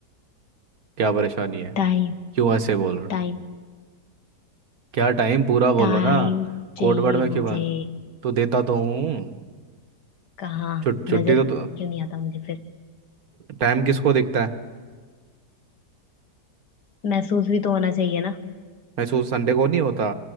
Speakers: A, on the right (about 60°); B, on the left (about 80°).
A: क्या परेशानी है
B: टाइम
A: क्यों ऐसे बोल रहे हो
B: टाइम
A: क्या टाइम पूरा बोलो
B: टाइम
A: ना
B: चाहिए
A: कोड वर्ड में क्यों
B: मुझे
A: है? तो देता तो हूँ
B: कहाँ
A: छु- छुट्टी
B: नजर क्यों
A: तो
B: नहीं आता मुझे फिर
A: टाइम किसको दिखता है
B: महसूस भी तो होना चाहिए ना
A: मैं सोच संडे को नहीं होता